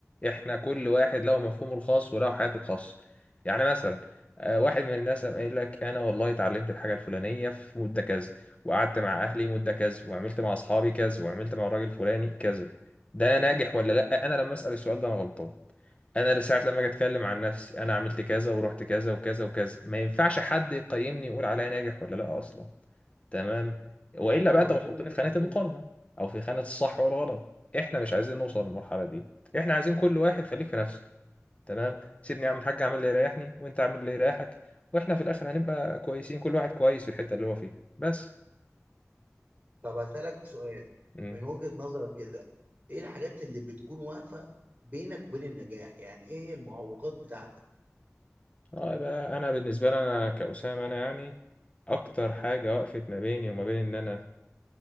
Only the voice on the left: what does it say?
احنا كل واحد له مفهومه الخاص وله حياته الخاصة يعني مثلا آه، واحد من الناس قام قايل لك انا والله اتعلمت الحاجة الفلانية في مدة كذا وقعدت مع اهلي مدة كذا وعملت مع اصحابي كذا وعملت مع الراجل الفلاني كذا ده ناجح ولا لا انا لما اسال السؤال ده انا غلطان انا لساعة لما اجي اتكلم عن نفسي انا عملت كذا ورحت كذا وكذا وكذا ما ينفعش حد يقيمني يقول عليا ناجح ولا لا اصلا تمام والا
بقى انت بتحطني في
خانة المقارنة او في خانة الصح والغلط احنا مش عايزين نوصل للمرحلة دي احنا عايزين كل واحد خليك في نفسك تمام سيبني اعمل حاجة اعمل اللي يريحني وانت اعمل اللي يريحك واحنا في الاخر هنبقى كويسين كل واحد كويس في الحتة اللي هو فيها بس
يعني
اه بقى انا بالنسبه لي انا كأسامه انا يعني اكتر حاجه وقفت ما بيني وما بين ان انا